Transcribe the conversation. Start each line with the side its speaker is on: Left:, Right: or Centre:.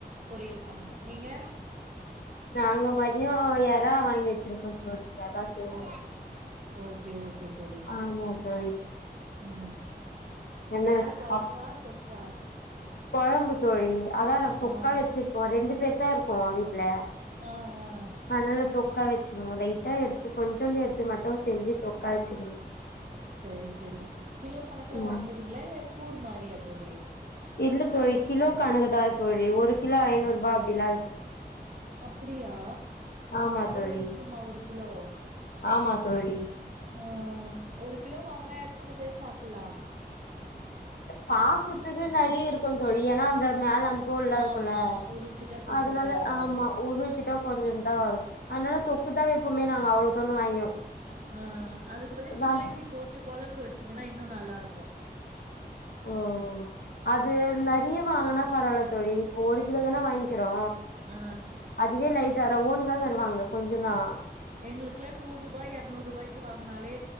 Right: பொறியல் பண்ணோ நீங்க
Left: நாங்க மதியோ எறா வாங்கி வச்சிருக்கோ தோழி அதா செய்யணு
Right: ஓ ஓகே ஓகே தோழி
Left: ஆமா தோழி
Right: ம்
Left: என்ன
Right: எறா
Left: சாப்
Right: கொழம்பா தொக்கா
Left: கொழம்பு தோழி அதா நா தொக்கா
Right: ஆ
Left: வச்சிருப்போ ரெண்டு பேர் தா இருக்கோ வீட்ல
Right: ஆ ஆ
Left: அனால்ல தொக்கா வச்சுக்கணு லைட்டா எடுத்து கொஞ்சோண்டு எடுத்து மட்டு செஞ்சு தொக்கா வச்சுக்கணு
Right: சரி சரி தோழி கிலோ கணக்குல
Left: ம்
Right: வாங்குவீங்களா இல்ல கூர் மாரியா தோழி
Left: இல்ல தோழி கிலோ கணகுதா தோழி ஒரு கிலோ ஐநூறு ரூபா அப்டிதா
Right: அப்டியா
Left: ஆமா
Right: அவ்ளோ
Left: தோழி
Right: விக்குமா ஒரு கிலோ
Left: ஆமா தோழி
Right: ஆ ஒரு கிலோ வாங்குனா எத்தன பேர் சாப்பலா
Left: பாக்குறதுக்கு நெறைய இருக்கு தோழி ஏன்னா அந்த மேல அந்த தோல் எல்லா இருக்குல
Right: ஆமா உரிச்சிட்டா கொஞ்சந்தா
Left: அதனால
Right: வரு
Left: ஆமா உருவிச்சிட்டா கொஞ்ச தா வரு அதனால தொக்குதா எப்பவுமே நாங்க அவ்வளவு தோ வாங்கிவோ
Right: அ அதுக்கு பதில்
Left: அதா
Right: முள்ளங்கி போட்டு கொழம்பு வச்சீங்கன்னா இன்னு நல்லா இருக்கு
Left: ஓ அது நெறைய வாங்குனா பரவால தோழி இப்ப ஒரு கிலோ தான வாங்கிக்கிறோ
Right: ஆ
Left: அதுவே லைட்டா ரவ்வோன்டுதா தருவாங்க கொஞ்சதா
Right: எங்களுக்குலா நூறுபா எறநூறுூபாய்க்கு வாங்குனாலே